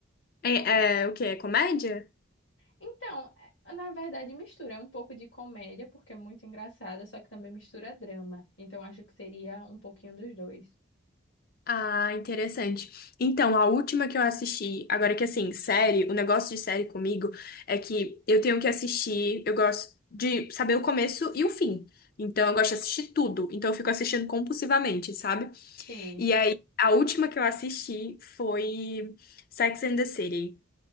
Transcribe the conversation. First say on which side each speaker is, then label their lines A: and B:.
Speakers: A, on the left (about 50°); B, on the left (about 75°).
A: É, é, o quê? É comédia?
B: Então, é- na verdade, mistura É um pouco de comédia, porque é muito engraçada, só que também mistura drama. Então, acho que seria um pouquinho dos dois.
A: Ah, interessante. Então, a última que eu assisti, agora que assim, série, o negócio de série comigo é que eu tenho que assistir, eu gosto de saber o começo e o fim. Então, eu gosto de assistir tudo. Então, eu fico assistindo compulsivamente, sabe?
B: Sim.
A: E aí, a última que eu assisti foi Sex and the City.